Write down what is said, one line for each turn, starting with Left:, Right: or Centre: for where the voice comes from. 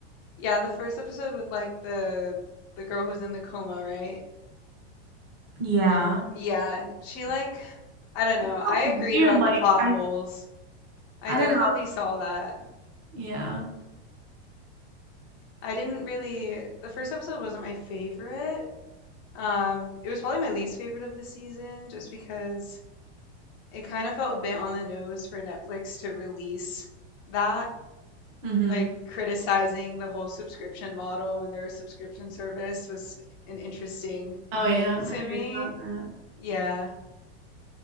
Left: yeah, the first episode with like the the girl who's in the coma, right?
Right: Yeah.
Left: Yeah, she like, I don't know. I
Right: Felt
Left: agreed
Right: Weird,
Left: about
Right: like
Left: the plot
Right: I
Left: holes. I
Right: I
Left: definitely
Right: don't know.
Left: saw that.
Right: Yeah.
Left: I didn't really the first episode wasn't my favorite. Um it was probably my least favorite of the season just because it kind of felt a bit on the nose for Netflix to release that
Right: Mm-hmm.
Left: like criticizing the whole subscription model when they're a subscription service was an interesting
Right: Oh
Left: thing
Right: yeah,
Left: to
Right: I
Left: me.
Right: heard about that.
Left: Yeah.